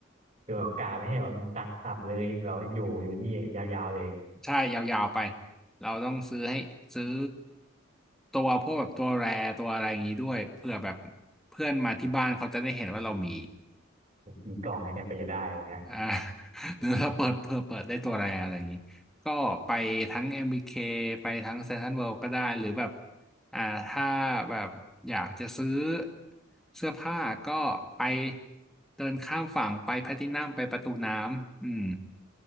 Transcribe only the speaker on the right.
คือแบบกาไม่ให้แบบมีตังค์สับเลยแบบว่าอยู่อยู่นี่ยาวๆเลย
โอ้กี่กล่องเลยเนี่ยไปจะได้นะ